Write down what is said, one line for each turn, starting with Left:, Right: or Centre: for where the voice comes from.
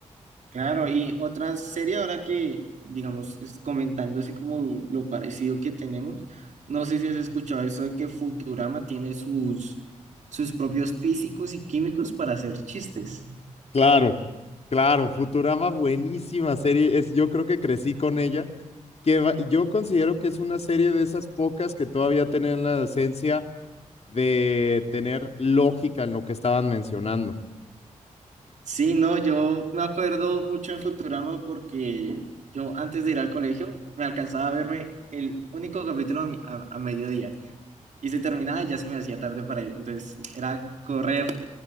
Right: Claro, y otra serie ahora que, digamos, es comentando así como lo parecido que tenemos, no sé si has escuchado eso de que Futurama tiene sus, sus propios físicos y químicos para hacer chistes.
Left: Claro, claro, Futurama, buenísima serie. Es, yo creo que crecí con ella que va- yo considero que es una serie de esas pocas que todavía tienen la esencia de tener lógica en lo que estaban mencionando.
Right: Sí, no, yo me acuerdo mucho de Futurama porque yo antes de ir al colegio me alcanzaba a verme el único capítulo a, mi- a- a mediodía y se terminaba y ya se me hacía tarde para ir, entonces era correr.